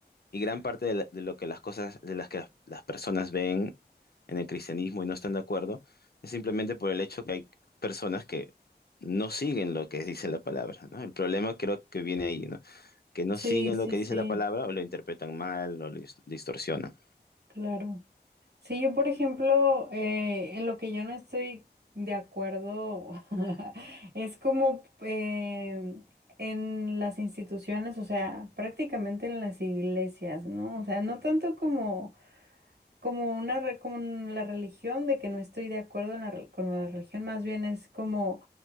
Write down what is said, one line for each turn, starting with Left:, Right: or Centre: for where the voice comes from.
Left: y gran parte de, la- de lo que las cosas, de las que las, las personas ven en el cristianismo y no están de acuerdo, es simplemente por el hecho que hay personas que no siguen lo que dice la palabra, ¿no? El problema creo que viene ahí, ¿no? Que no
Right: Sí,
Left: siguen
Right: sí,
Left: lo que
Right: sí,
Left: dice la palabra o lo interpretan mal o lo dis- distorsionan.
Right: claro. Sí, yo por ejemplo, eh, en lo que yo no estoy de acuerdo <laughs> es como em, en las instituciones, o sea, prácticamente en las iglesias, ¿no? O sea, no tanto como como una re- como en la religión de que no estoy de acuerdo en la re- con la religión, más bien es como